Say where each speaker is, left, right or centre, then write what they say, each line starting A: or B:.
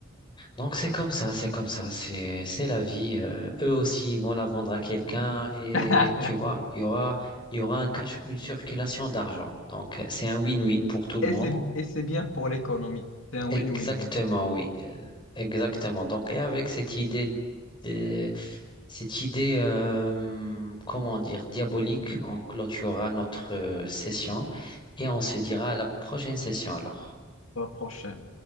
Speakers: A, on the left; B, on the left.
A: Donc, c'est comme ça, c'est comme ça, c'est, c'est la vie. euh, eux aussi, ils vont la vendre à quelqu'un et
B: <laughs>
A: tu vois, il y aura, il y aura un cash, une circulation d'argent. Donc, euh, c'est un win-win pour tout le
B: Et
A: monde.
B: c'est, et c'est bien pour l'économie. C'est un
A: Exactement,
B: win-win-win.
A: oui. Euh, Exactement. Donc, et avec cette idée de- cette idée, euh, comment dire, diabolique, on clôturera notre euh, session et on se dira à la prochaine session alors.
B: La prochaine.